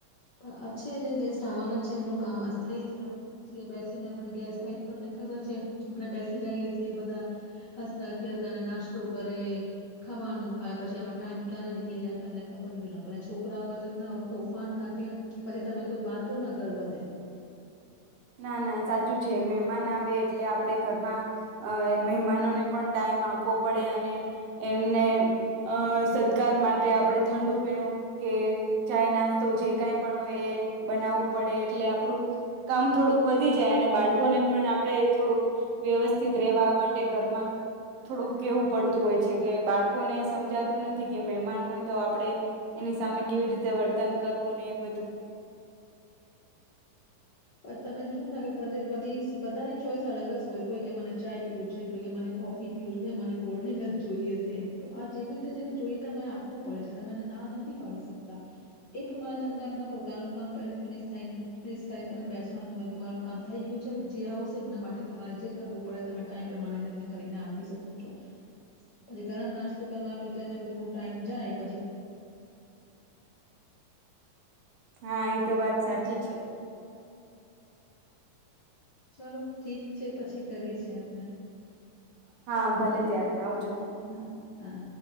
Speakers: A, on the left; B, on the right.
A: પણ આ છે, જે ગેસ્ટ આવવાના છે એમનું કામ આ થઈ જાય. બેસીને આપ ગેસ લ તો તમને ખબર છે આપણે બેસી જઈએ છીએ બધા હસતા ખેલતાને નાસ્તો કરે ખાવાનું ખાય પછી આમાં ટાઈમ ક્યારે નીકળી જાય તમને ખબર બી ન છોકરા હોય તો એ તોફાન કાઢે પછી તમે કોઈ વાતો ના કરવા દે.
B: ના ના સાચું છે મહેમાન આવે એટલે આપણે ઘરમાં, અ મહેમાનોને પણ ટાઈમ આપવો પડે અને, એમને અ સત્કાર માટે આપણે ઠંડુ પીણું કે ચાઈના તો જે કઈ પણ એ બનાવવું પડે એટલે આપડું કામ થોડુંક વધી જાય અને બાળકોને પણ આપણે થોડુંક, વ્યવસ્થિત રહેેવા માટે ઘરમાં, થોડુંક કેવું પડતું હોય છે કે બાળકોને સમજાતું નથી કે મહેમાન હોય તો આપણે, એની સામે કેવી રીતે વર્તન કરવું ને એ બધું.
A: પણ તમે જોવ ને કે બધી બધાની ચોઈસ અલગ જ હોય કોઈ કે મને ચાય પીવું છે. મને કોફી પીવ છે કે મને કોલ્ડ્રિંક જ જોઈએ છે તો આ જેવી રીતે જેને જોઈએ તો મને આપવું પડે છે તમેને ના નથી પાડી શકતા, એ પ્રમાણે તમને આપ પોતાનું કામ પ ફિનિશ થાયને બેસવાનું હોય કે મારું કામ થઈ ગયું છે હવે જે આવશે એમના માટે તમારે જે કરવું પડે તમે ટાઈમ પ્રમાણે એને કરીને આપી શકો છો, પછી ગરમ નાસ્તો કરવાનું હોય તો એમાં બી થોડું ટાઈમ જ એપ
B: હા એ તો વાત સાચી છે. <inaudible>
A: ચલો ઠીક છે પછી કરીએ છ છેએ.
B: હા ભલે ત્યારે આવજો,
A: હા હા